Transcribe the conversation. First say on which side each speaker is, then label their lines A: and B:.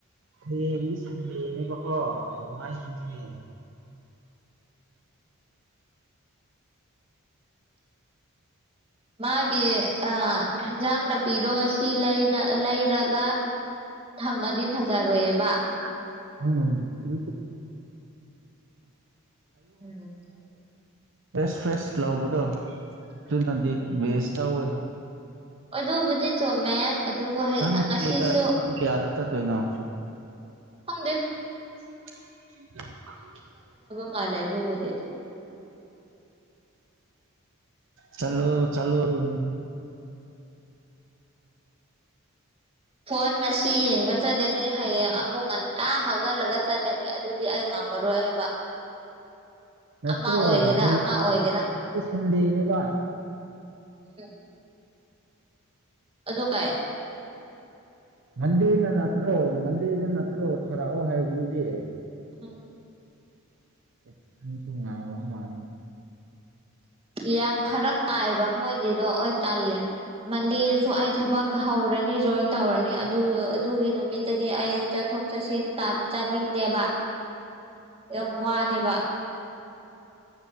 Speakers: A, on the right; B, on the right.
A: ꯍꯥꯌꯦꯡꯗꯤ ꯁꯟꯗꯦꯅꯦꯕꯀꯣ ꯅꯣꯡꯃꯥꯏꯖꯤꯡ ꯅꯦ
B: ꯃꯥꯒꯤ ꯏꯟꯖꯥꯡ ꯅꯥꯄꯤꯗꯣ ꯁꯤ ꯂꯩꯔꯒ ꯊꯝꯃꯗꯤ ꯐꯖꯔꯣꯏꯕ
A: <unintelligible>
B: ꯎꯝ
A: ꯑꯦꯁ ꯐ꯭ꯔꯦꯁ ꯂꯕꯗꯣ ꯑꯗꯨꯅꯗꯤ ꯕꯦꯁ ꯇꯧꯋꯦ
B: ꯑꯗꯨꯕꯨꯗꯤ ꯆꯨꯝꯃꯦ ꯑꯗꯨꯕꯨ ꯍꯩ
A: ꯅꯪ ꯃꯟꯗꯦꯗꯥ
B: ꯉꯁꯤꯁꯨ
A: ꯄꯨꯡ ꯀꯌꯥꯗ ꯆꯠꯇꯣꯏꯅꯣ
B: ꯈꯪꯗꯦ
A: <unintelligible>
B: ꯃꯥꯂ ꯍꯥꯏ ꯑꯗꯨꯕꯨꯗꯤ
A: ꯆꯂꯣ ꯆꯂꯣꯗꯤ
B: <unintelligible> ꯆꯠꯂꯅꯤ ꯍꯌꯦꯡ ꯑꯃꯨꯛ ꯉꯟꯇꯥ ꯍꯧꯒꯠꯂꯒ ꯆꯠꯂꯅꯤ ꯑꯗꯨꯗꯤ ꯑꯩ ꯉꯝꯃꯔꯣꯏ ꯍꯥꯏꯕ
A: ꯅꯠꯇꯦ
B: ꯑꯃꯥ ꯑꯣꯏꯒꯦꯔ
A: ꯍꯌꯦꯡꯗꯤ
B: ꯑꯃꯥ ꯑꯣꯏꯒꯦꯔ
A: ꯁꯟꯗꯦꯅꯦꯕ
B: ꯎꯝ ꯑꯗꯣ ꯀꯩ
A: ꯃꯟꯗꯦꯗ ꯅꯠꯇ꯭ꯔꯣ ꯃꯟꯗꯦꯗ ꯅꯠꯇ꯭ꯔꯣ ꯊꯥꯔꯛꯑꯣ ꯍꯥꯏꯕꯗꯨꯗꯤ
B: ꯎꯝ
A: <unintelligible>
B: ꯌꯥꯝ ꯐꯔꯛ ꯇꯥꯏꯕ ꯃꯣꯏꯒꯤꯗꯣ ꯑꯣꯏ ꯇꯜꯂꯦ ꯃꯟꯗꯦꯗꯁꯨ ꯑꯩ ꯊꯕꯛ ꯍꯧꯔꯅꯤ ꯖꯣꯏꯟ ꯇꯧꯔꯅꯤ ꯑꯗꯨ ꯑꯗꯨꯒꯤ ꯅꯨꯃꯤꯠꯇꯗꯤ ꯑꯩ ꯆꯠꯊꯣꯛ ꯆꯠꯁꯤꯟ ꯆꯥꯅꯤꯡꯗꯦꯕ ꯌꯥꯝ ꯋꯥꯅꯦꯕ